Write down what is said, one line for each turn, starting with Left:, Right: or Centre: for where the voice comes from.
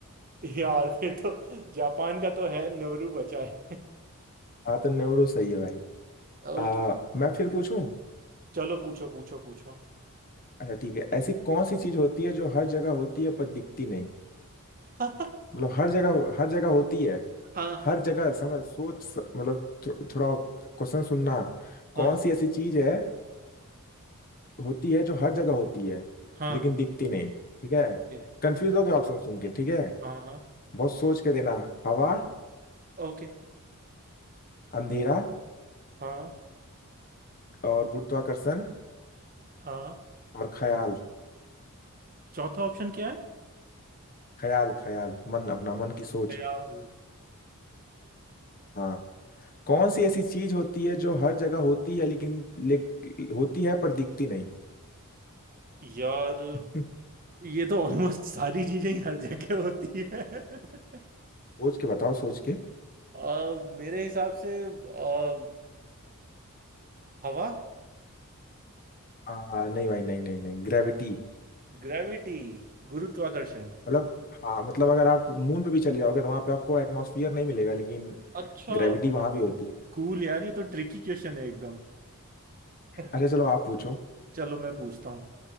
Right: यार फिर तो जापान का तो है नवरू बचा है
Left: हाँ तो नौरू सही है भाई
Right: <laughs>
Left: आ,
Right: ओके
Left: मैं फिर पूछूं
Right: चलो पूछो पूछो पूछो
Left: अच्छा ठीक है ऐसी कौन सी चीज होती है जो हर जगह होती है पर दिखती नहीं
Right: <laughs>
Left: मतलब हर जगह हर जगह होती है
Right: हाँ
Left: हर जगह समझ सोच स- मतलब थो, थोड़ा क्वेश्चन सुनना कौन
Right: हाँ
Left: सी ऐसी चीज है होती है जो हर जगह होती है
Right: हाँ
Left: लेकिन दिखती नहीं ठीक है
Right: ओके
Left: कंफ्यूज हो गए ऑप्शन सुन के ठीक है
Right: हाँ हाँ
Left: बहुत सोच के देना हवा
Right: ओके
Left: अंधेरा
Right: हाँ
Left: और गुरुत्वाकर्षण
Right: हाँ
Left: और ख्याल
Right: चौथा ऑप्शन क्या है
Left: ख्याल ख्याल मन अपना मन की सोच
Right: यार
Left: हाँ कौन सी ऐसी चीज होती है जो हर जगह होती है लेकिन ले, होती है पर दिखती नहीं
Right: यार
Left: <laughs>
Right: ये तो ऑलमोस्ट सारी चीजें ही हर जगह होती है <laughs>
Left: सोच के बताओ सोच के
Right: अ, मेरे हिसाब से अ, हवा
Left: आ, नहीं भाई नहीं नहीं नहीं ग्रेविटी
Right: ग्रेविटी गुरुत्वाकर्षण
Left: मतलब हाँ मतलब अगर आप मून पे भी चले जाओगे तो वहां पे आपको एटमॉस्फियर नहीं मिलेगा लेकिन
Right: अच्छा
Left: ग्रेविटी वहां भी होती है
Right: कूल यार ये तो ट्रिकी क्वेश्चन है एकदम <laughs>
Left: अच्छा चलो आप पूछो
Right: चलो मैं पूछता हूँ